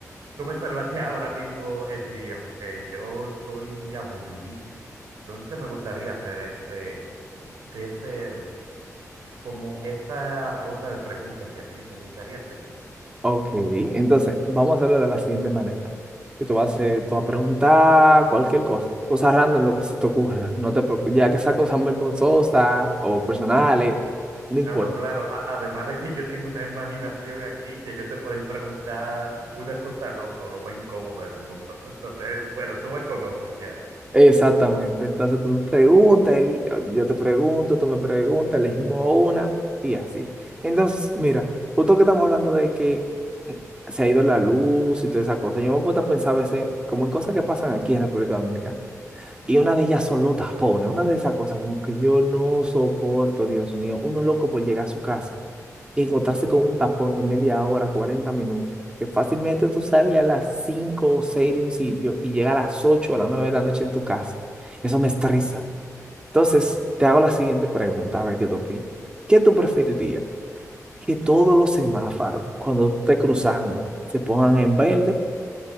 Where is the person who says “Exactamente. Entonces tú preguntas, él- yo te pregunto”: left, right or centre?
Right